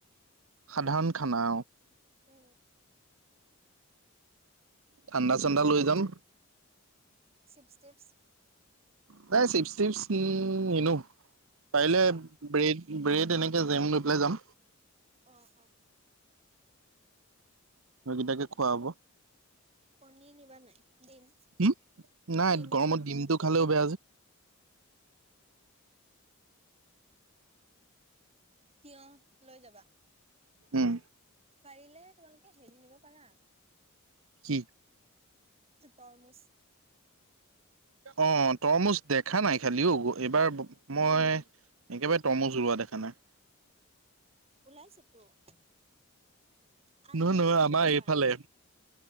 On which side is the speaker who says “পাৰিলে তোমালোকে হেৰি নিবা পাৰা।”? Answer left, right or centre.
Right